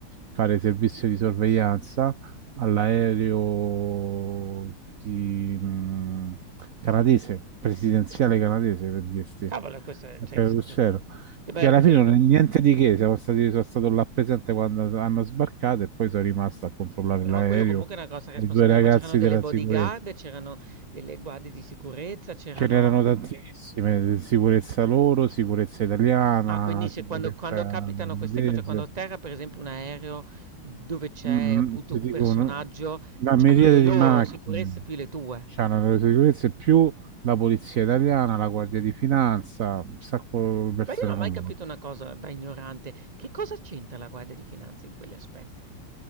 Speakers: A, on the right (about 60°); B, on the right (about 25°).
A: fare servizio di sorveglianza all'aereo di, mh, canadese, presidenziale canadese, per dirti,
B: Cavolo e questo è cioè
A: che
B: che se
A: c'ero.
B: que che beh,
A: Che alla fine
B: ehm
A: non è niente di che, siamo stati- sono stato là presente quando hanno sbarcato e poi sono rimasto a controllare
B: Però
A: l'aereo
B: quello comunque è una grossa
A: e
B: responsabilità,
A: i due ragazzi
B: ma c'erano delle
A: della
B: bodyguard,
A: sicurezza.
B: c'erano delle guardie di sicurezza, c'erano...
A: Ce n'erano tantissime, sicurezza loro, sicurezza italiana,
B: Ah, quindi se
A: sicurezza
B: quando, quando capitano
A: inglese,
B: queste cose, cioè quando atterra per esempio un aereo dove c'è
A: Mm,
B: appunto
A: ti
B: un
A: dico
B: personaggio,
A: una, una
B: c'hanno
A: miriade
B: le loro
A: di macchine,
B: sicurezze più le tue.
A: c'hanno le sicurezze più la polizia italiana, la guardia di finanza, un sacco di persone
B: Ma io non ho
A: coinvolte.
B: mai capito una cosa da ignorante, che cosa c'entra la guardia di finanza in quegli aspetti?